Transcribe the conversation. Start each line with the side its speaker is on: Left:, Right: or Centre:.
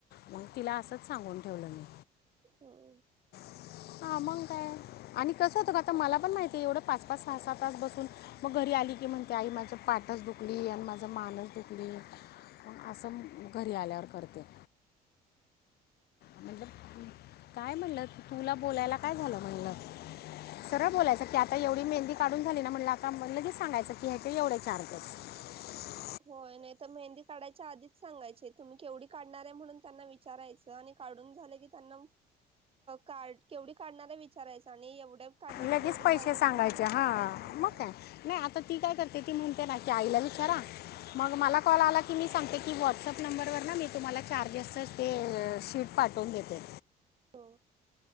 Left: मग तिला असंच सांगून ठेवलं मी.
Right: हा.
Left: ह. हा मग काय आणि कसं होतं का आता मला पण माहिती आहे एवढं पाच पाच सहा सहा तास बसून मग घरी आली की! म्हणते आई माझं पाठच दुखली आणि माझं मानच दुखली असं.. घरी आल्यावर करते. म्हण.. काय म्हणलं तुला बोलायला काय झालं म्हणलं. सरळ बोलायचं की आता एवढी मेहंदी काढून झाली ना म्हणला आग लेच सांगायचं की ह्याचे एवढे चार्जेस. ह..
Right: होय नाही तर मेहंदी काढायच्या आधीच सांगायचे तुम्ही केवढी काढणार आहे म्हणून त्यांना विचारायचं आणि.. काढून झाले की त्यांना का केवढी काढणारे विचारायच आणि एवढे.. काढलं
Left: लगेच
Right: तर
Left: पैसे
Right: चार्जेस
Left: सांगायचे
Right: होणार म्हणून सांगायचे
Left: हा
Right: हा
Left: मग काय नाही आता ती काय करते ती म्हणते.. ते आईला वि खरा.. मग मला कॉल आला की मी सांगते की व्हॉट्सअप नंबरवर ना मी तुम्हाला चार्जेस.. ते शीट पाठवून देते.
Right: हो